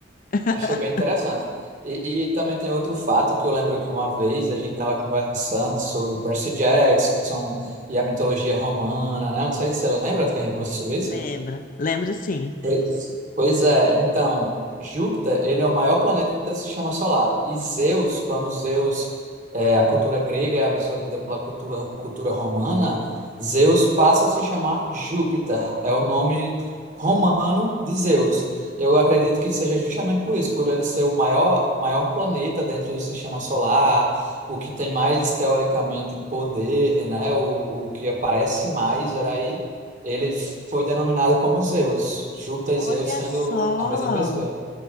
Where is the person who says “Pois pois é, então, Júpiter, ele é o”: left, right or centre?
Right